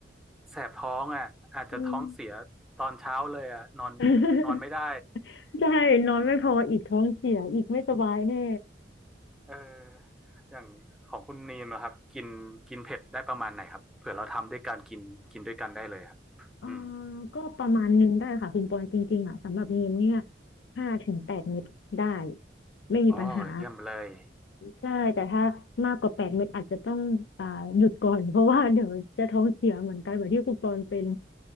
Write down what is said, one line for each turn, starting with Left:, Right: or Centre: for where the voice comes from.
Centre: แสบท้องอ่ะอาจจะท้องเสียตอนเช้าเลยอ่ะนอน
Left: อืม <laughs>
Centre: นอนไม่ได้
Left: ใช่นอนไม่พออีกท้องเสียอีกไม่สบายแน่
Centre: เอออย่างของคุณนีมนะครับกินกินเผ็ดได้ประมาณไหนครับเผื่อเราทำด้วยการกินกินด้วยกันได้เลยครับอืม
Left: เอ่อก็ประมาณหนึงได้ค่ะคุณปอนจริงๆอ่ะสำหรับนีมเนี่ยห้าถึงแปดเม็ดได้ไม่มีปัญหา
Centre: อ๋อเยี่ยมเลย
Left: ใช่แต่ถ้ามากกว่าแปดเม็ดอาจจะต้องอ่าหยุดก่อน <laughs> เพราะว่าเดี๋ยวจะท้องเสียเหมือนกันแบบที่คุณปอนเป็น